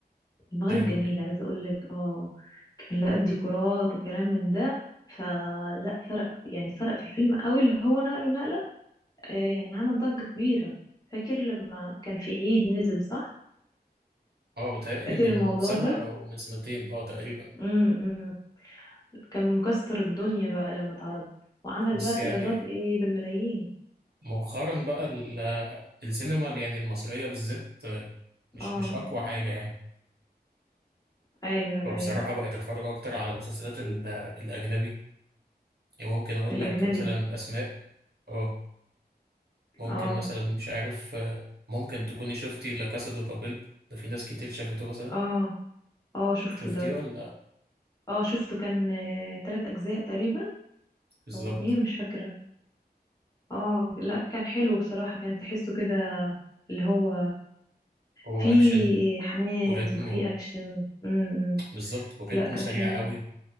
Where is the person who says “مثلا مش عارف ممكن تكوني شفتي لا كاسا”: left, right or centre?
Right